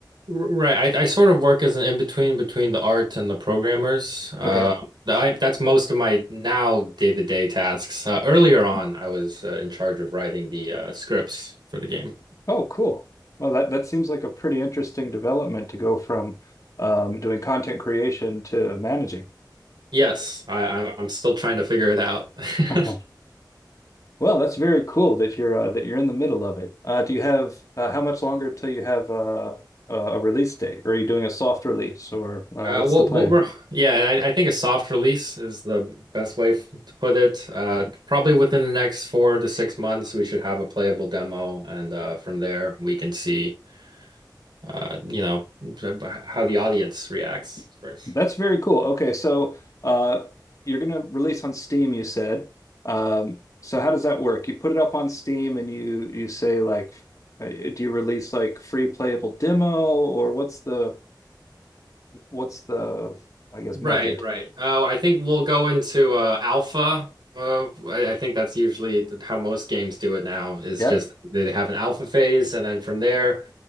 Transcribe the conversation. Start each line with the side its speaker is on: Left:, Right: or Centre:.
Right: Right. I, I sort of work as an in-between between the art and the programmers. Uh,
Left: Okay.
Right: I, that's most of my now day-to-day tasks. Uh, earlier on, I was uh, in charge of writing the uh, scripts for the game.
Left: Oh, cool. Well, that that seems like a pretty interesting development to go from um, doing content creation to managing.
Right: Yes, I, I'm I'm still trying to figure it out.
Left: <laughs>
Right: <laughs>
Left: Well, that's very cool that you're uh, that you're in the middle of it. Uh, do you have uh, how much longer until you have uh, a a release date? Or are you doing a soft release, or uh,
Right: Uh,
Left: what's
Right: well,
Left: the plan?
Right: what we're yeah, I, I think a soft release is the best way f- to put it. Uh, probably within the next four to six months, we should have a playable demo, and uh, from there we can see, uh, you know, how the audience reacts first.
Left: That's very cool. Okay, so uh, you're gonna release on Steam, you said. Um, so how does that work? You put it up on Steam and you you say like, uh, do you release like free playable demo or what's the what's the I guess
Right: Right,
Left: method?
Right: right. Oh, I think we'll go into uh, alpha. Uh, I, I think that's usually th- how most games do it now, is
Left: Yep.
Right: just they have an alpha phase, and then from there